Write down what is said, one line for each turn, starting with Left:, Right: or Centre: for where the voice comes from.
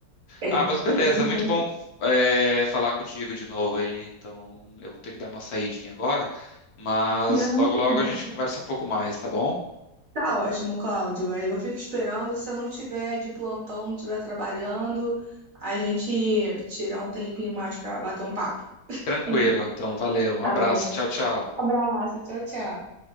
Right: É,
Left: Ah,
Right: é.
Left: mas beleza,
Right: Conta.
Left: muito bom, é, falar contigo de novo aí. Então, eu vou ter que dar uma saidinha agora, mas
Right: Não,
Left: logo,
Right: tudo
Left: logo
Right: bem.
Left: a gente conversa um pouco mais, tá bom?
Right: Tá ótimo, Cláudio. Aí eu fico esperando. Se eu não tiver de plantão, não estiver trabalhando, a gente tira um tempinho mais para bater um papo.
Left: Tranquilo.
Right: <laughs>
Left: Então, valeu. Um
Right: Tá
Left: abraço. Tchau, tchau.
Right: Abraço, tchau, tchau.